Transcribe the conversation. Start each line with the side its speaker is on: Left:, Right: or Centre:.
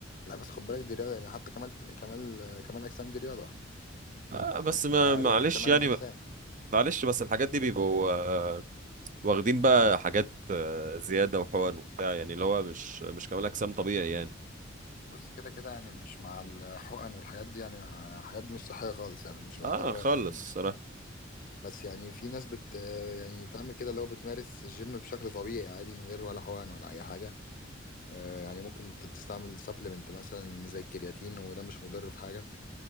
Left: لا بس خد بالك دي رياضه يعني حتى كمال كمال كمال الاجسام دي رياضه
Right: آه بس
Left: يعني اسمها
Right: ما معلش
Left: رياضه كمال
Right: يعني
Left: الاجسام
Right: معلش بس الحاجات دي بيبقوا آه واخدين بقى حاجات آه زياده وحقن وبتاع يعني اللي هو مش مش كمال اجسام طبيعي يعني
Left: بص كده كده يعني انا مش مع الحقن والحاجات دي يعني الحاجات دي مش صحيه خالص يعني مش بعتبرها
Right: اه خالص
Left: يعني
Right: صراحه
Left: بس يعني في ناس بت يعني بتعمل كده اللي هو بتمارس الجيم بشكل طبيعي عادي من غير ولا حقن ولا اي حاجه آه، يعني ممكن تستعمل سبلمنت مثلا زي الكرياتين وده مش مضر في حاجه